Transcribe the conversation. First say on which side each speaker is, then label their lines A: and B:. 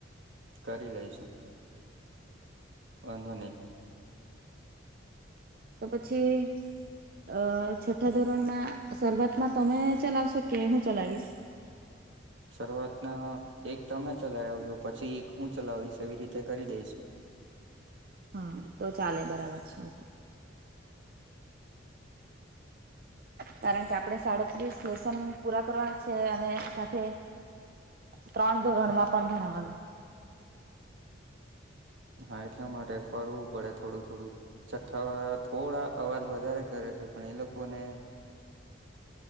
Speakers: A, on the right (about 75°); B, on the right (about 50°).
A: કરી લઈશ હું વાંધો ની
B: તો પછી અ છઠ્ઠા ધોરણમાં શરૂઆતમાં તમે ચલાવશો કે હું ચલાવીશ
A: શરૂઆતના એક તમે ચલાવ જો પછી એક હું ચલાવીશ એવી રીતે કરી દઈશ હું
B: હા તો ચાલે બરાબર છે એ તો કારણ કે આપડે સાડત્રીસ લેશન પૂરા કરવાના છે અને સાથે ત્રણ ધોરણમાં પણ ભણાવાનું
A: હા એટલા માટે ફરવું પડે થોડું થોડું છઠ્ઠાવાળા થોડા અવાજ વધારે કરે છે પણ એ લોકોને